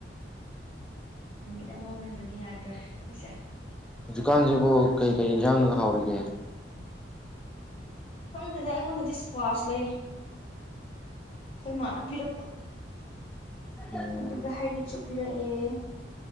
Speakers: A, on the left; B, in the centre.
A: ꯅꯨꯃꯤꯠ ꯑꯃ ꯎꯅꯗ꯭ꯔꯗꯤ ꯌꯥꯗ꯭ꯔꯦ ꯈꯣꯏꯁꯦ
B: ꯍꯨꯖꯤꯛꯀꯥꯟꯖꯤꯕꯨ ꯀꯩ ꯀꯩ ꯏꯟꯖꯥꯡꯅꯒ ꯍꯥꯎꯔꯤꯒꯦ
A: ꯈꯪꯗ‌ꯦꯗ ꯑꯩꯉꯣꯟꯗꯗꯤ ꯏꯁꯀ꯭ꯋꯥꯁ ꯂꯩ ꯈꯣꯏ ꯃꯥꯅ ꯄꯤꯔꯛꯄ
B: <unintelligible>
A: ꯑꯗꯨꯒ ꯍꯩꯔꯤꯛꯁꯨ ꯄꯤꯔꯑꯦ